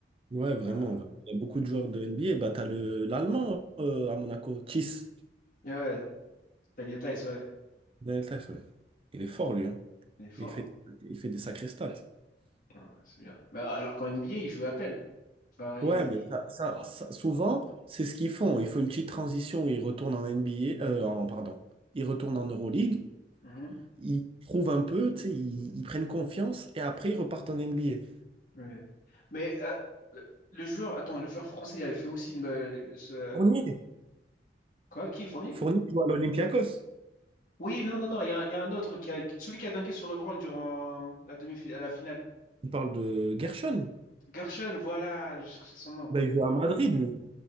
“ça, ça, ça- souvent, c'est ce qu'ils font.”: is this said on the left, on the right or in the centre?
Right